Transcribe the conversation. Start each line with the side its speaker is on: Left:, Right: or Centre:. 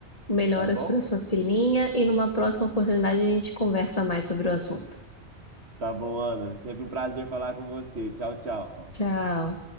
Left: melhoras
Right: tá bom?
Left: para sua filhinha e numa próxima oportunidade a gente conversa mais sobre o assunto.
Right: Tá bom, Ana. Sempre um prazer falar com você. Tchau, tchau.
Left: Tchau.